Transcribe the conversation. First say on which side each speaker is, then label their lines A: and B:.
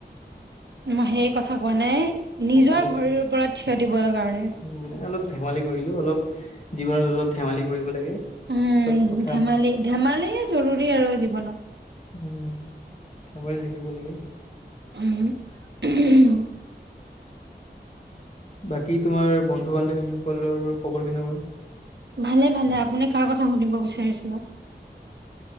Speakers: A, on the right; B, on the left.
A: মই সেই কথা কোৱা নাই নিজৰ
B: অলপ
A: ভৰিৰ ওপৰত থিয় দিবলৈ কাৰণে
B: মানে অলপ ধেমালি কৰিলো অলপ জীৱনত অলপ ধেমালি কৰিব লাগে
A: উম
B: চব কথা
A: ধেমালি ধেমালি য়ে জৰুৰী আৰু জীৱনত
B: উম ধেমাৰি থাকিব লাগে
A: উ
B: বাকী তোমাৰ বন্ধু বান্ধৱীসকলৰ খবৰ কেনেকুৱা
A: ভালে ভালে আপুনি কাৰ কথা সুধিব বিচাৰিছে বা